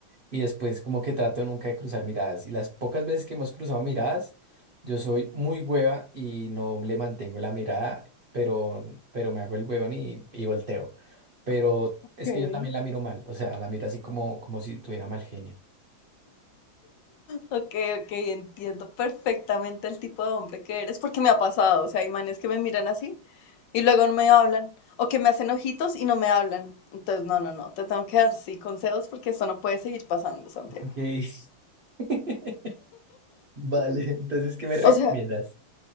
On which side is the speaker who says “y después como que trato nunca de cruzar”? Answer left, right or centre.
Right